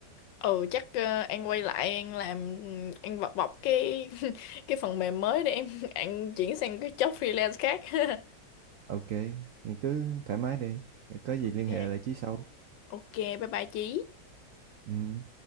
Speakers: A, on the left; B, on the right.
A: ừ chắc ờ, An quay lại An làm An bọc bọc cái <laughs> cái phần mềm mới để em <laughs> An chuyển sang cái job freelance khác <laughs>
B: ok thì cứ thoải mái đi có gì
A: ok
B: liên hệ lại Chí sau
A: ok bye bye Chí
B: Ừm.